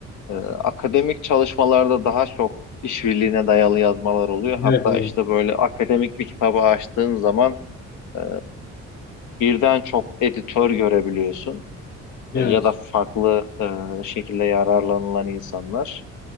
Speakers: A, on the left; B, on the left.
A: e, akademik çalışmalarda daha çok işbirliğine dayalı yazmalar oluyor. Hatta
B: Evet, evet.
A: işte böyle akademik bir kitabı açtığın zaman e, birden çok editör görebiliyorsun
B: Evet,
A: E, ya da farklı e, şekilde yararlanılan insanlar